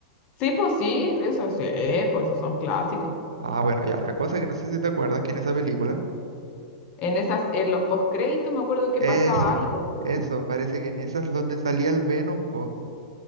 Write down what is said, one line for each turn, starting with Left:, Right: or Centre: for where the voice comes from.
Left: Sí, pues sí, eso sí, pues esos son clásicos.
Right: Ah, bueno, ya, la cosa que no sé si te acuerdas que en esa película,
Left: En esas, en los postcréditos me acuerdo que
Right: eso,
Left: pasaba algo.
Right: eso, parece que en esas es donde salía el Venom, po.